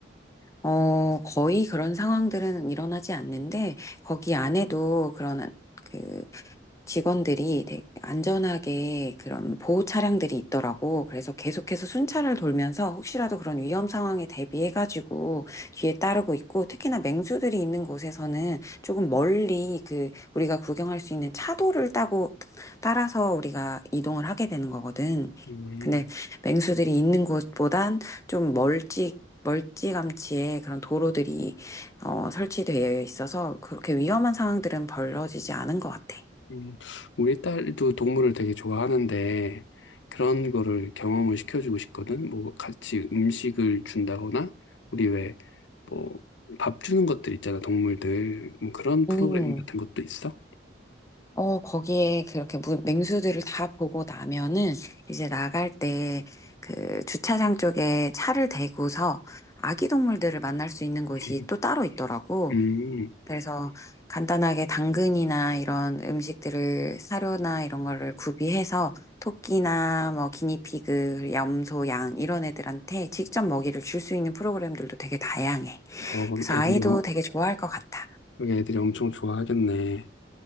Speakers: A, on the left; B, on the left.
A: 어, 거의 그런 상황들은 일어나지 않는데, 거기 안에도 그런, 그, 직원들이 되게 안전하게 그런 보호 차량들이 있더라고. 그래서 계속해서 순찰을 돌면서 혹시라도 그런 위험 상황에 대비해가지고 뒤에 따르고 있고, 특히나 맹수들이 있는 곳에서는 조금 멀리 그 우리가 구경할 수 있는 차도를 따고 따라서 우리가 이동을 하게 되는 거거든.
B: 음,
A: 근데 맹수들이 있는 곳보단 좀 멀찍 멀찌감치에 그런 도로들이 어, 설치되어 있어서 그렇게 위험한 상황들은 벌어지지 않은 것 같아.
B: 음. 우리 딸도 동물을 되게 좋아하는데 그런 거를 경험을 시켜주고 싶거든. 뭐 같이 음식을 준다거나 우리 왜 뭐, 밥 주는 것들 있잖아, 동물들. 뭐 그런 프로그램
A: 음,
B: 같은 것도 있어?
A: 어, 거기에 그렇게 무- 맹수들을 다 보고 나면은 이제 나갈 때 그 주차장 쪽에 차를 대고서 아기 동물들을 만날 수 있는 곳이
B: <laughs>
A: 또 따로 있더라고.
B: 음,
A: 그래서 간단하게 당근이나 이런 음식들을 사료나 이런 거를 구비해서 토끼나 뭐 기니피그, 염소, 양 이런 애들한테 직접 먹이를 줄 수 있는 프로그램들도 되게 다양해.
B: 어, 그럼
A: 그래서
B: 애들이,
A: 아이도
B: 엄-
A: 되게 좋아할 것 같아.
B: 여기 애들이 엄청 좋아하겠네.